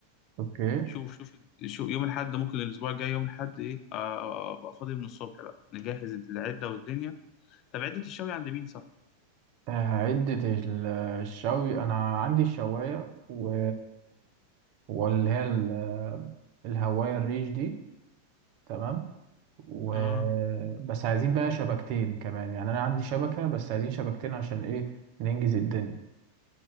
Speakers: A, on the right (about 45°); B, on the left (about 40°).
A: اوكي
B: شوف شوف شوف يوم الاحد ممكن الاسبوع الجاي يوم الاحد ايه آه، ابقى فاضي من الصبح بقى نجهز العدة والدنيا طب عدة الشوي عند مين صح؟
A: آه، عدة ال- الشوي انا عندي الشواية و واللي هي ال- الهواية الريش دي تمام و
B: اه
A: بس عايزين بقى شبكتين كمان يعني انا عندي شبكة بس عايزين شبكتين عشان ايه ننجز الدنيا